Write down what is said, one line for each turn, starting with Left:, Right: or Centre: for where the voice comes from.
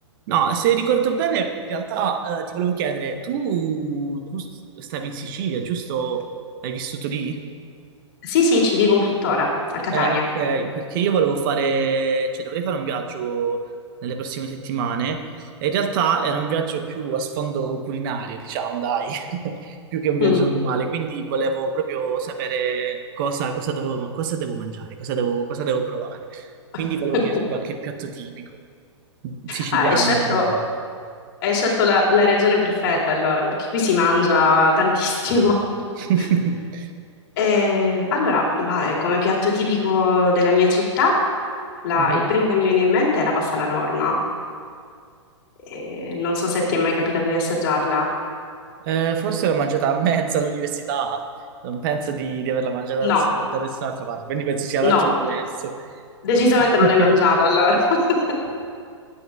Right: No, se ricordo bene, in realtà eh, ti volevo chiedere, tu, tu stavi in Sicilia, giusto? Hai vissuto lì?
Left: Sì, sì, ci vivo tuttora, a Catania.
Right: Eh, ok, perché io volevo fare, cioè dovrei fare un viaggio nelle prossime settimane e in realtà era un viaggio più a sfondo culinario, diciamo, dai, <laughs> più che un viaggio
Left: Mm.
Right: normale, quindi volevo proprio sapere cosa, cosa devo, cosa devo mangiare, cosa devo, cosa devo provare. Quindi
Left: <laughs>
Right: volevo chiederti qualche piatto tipico siciliano.
Left: Ah, hai scelto,
Right: in generale.
Left: hai scelto la, la regione perfetta allora, perché qui si mangia tantissimo.
Right: <laughs>
Left: <laughs> Eh, allora, ma, eh, come piatto tipico della mia città, la-
Right: Mhm.
Left: il primo che mi viene in mente è la pasta alla norma. Eh, non so se ti è mai capitato di assaggiarla.
Right: Eh, forse l'ho mangiata a mezzo all'università, non penso di, di averla mangiata
Left: No,
Right: da, da nessun'altra parte, quindi penso sia un
Left: no.
Right: attimo diverso.
Left: Decisamente
Right: <laughs>
Left: non l'hai mangiata allora. <laughs>